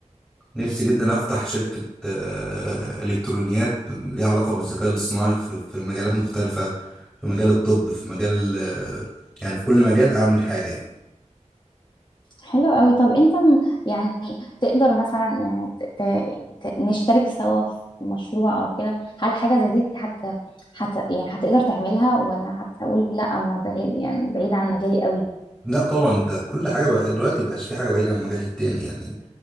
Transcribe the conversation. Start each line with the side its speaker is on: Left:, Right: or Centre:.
Centre: نفسي جدا افتح شركة آه، الكترونيات ليها علاقة بالذكاء الاصطناعي في في مجالات مختلفة في مجال الطب في مجال ال- يعني في كل مجال اعمل حاجة يعني
Left: حلو قوي طب انت م- يعني تقدر مثلا يعني ت... ت... ت- نشترك سوا في مشروع او كده هل حاجة زي دي حت... حت... يعني هتقدر تعملها ولا هتقول لا انا بعيد يعني بعيد عن مجالي قوي
Centre: لا طبعا انت كل حاجه بقى دلوقتي بقاش في حاجه بعيده عن المجال التاني يعني